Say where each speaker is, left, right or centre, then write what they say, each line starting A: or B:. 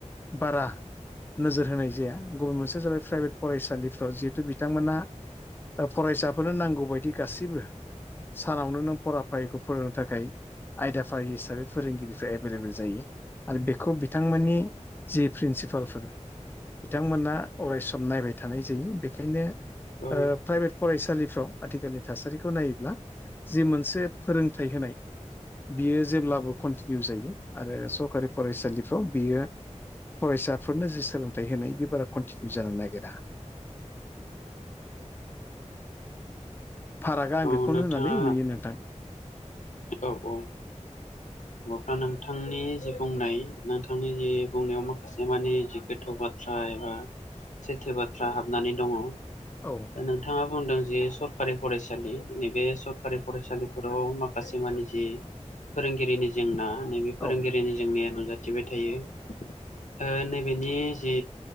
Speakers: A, on the left (about 15°); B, on the left (about 80°).
A: बारा नोजोर होनाय जाया गुबुन मोनसे जाबाय प्राइभेट फरायसालिफ्राव जिहेतु बिथांमोना दा फरायसाफोरनो नांगौबायदि गासैबो सानावनो नों फराफारिखौ फोरोंनो थाखाय आयदाफारि हिसाबै फोरोंगिरिफ्रा एभेलेबेल जायो आरो बेखौ बिथांमोननि जि प्रिन्सिपालफोर बिथांमोना अरायसम नायबाय थानाय जायो बेखायनो
B: औ
A: प्राइभेट फरायसालिफ्राव आथिखालनि थासारिखौ नायोब्ला जि मोनसे फोरोंथाइ होनाय बियो जेब्लाबो कन्टिनिउ जायो आरो सरकारि फरायसालिफ्राव बियो फरायसाफोरनो जि सोलोंथाइ होनाय बे बारा कन्टिनिउ जानो नागिरा फारागा आं
B: औ
A: बेखौनो
B: नोंथाङा
A: होननानै नुयो नोंथां
B: औ औ। अब्ला नोंथांनि जि बुंनाय नोंथांनि जि बुंनायाव माखासे मानि जि गोथौ बाथ्रा बाथ्रा एबा सैथो बाथ्रा हाबनानै दङ
A: औ
B: नोंथाङा बुंदों जि सरखारि फरायसालि नैबे सरखारि फरायसालिफोराव माखासे माने जि फोरोंगिरिनि जेंना नैबे
A: औ
B: फोरोंगिरिनि जेंनाया नुजाथिबाय थायो। ओ नैबेनि जि